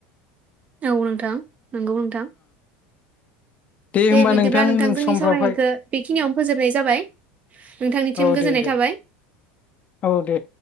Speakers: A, on the right; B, on the left.
A: औ नोंथां नंगौ नोंथां।
B: होमबा
A: दे बिदिब्ला नोंथां
B: उन
A: जोंनि
B: समफ्रावहाय
A: सावरायनायख़ बेखिनियावनो फोजोबनाय जाबाय। नोंथांनिथिम
B: औ
A: गोजोननाय
B: दे दे
A: थाबाय।
B: औ दे।